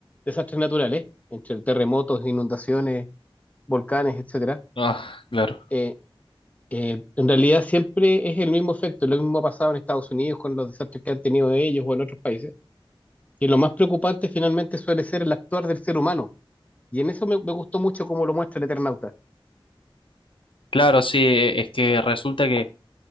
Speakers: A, on the left (about 15°); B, on the left (about 70°).
A: desastres naturales, entre terremotos, inundaciones, volcanes, etcétera,
B: Ah, claro.
A: eh, eh, en realidad siempre es el mismo efecto. Lo mismo ha pasado en Estados Unidos con los desastres que han tenido ellos o en otros países. Y lo más preocupante finalmente suele ser el actuar del ser humano. Y en eso me, me gustó mucho cómo lo muestra el Eternauta.
B: Claro, sí, e- es que resulta que,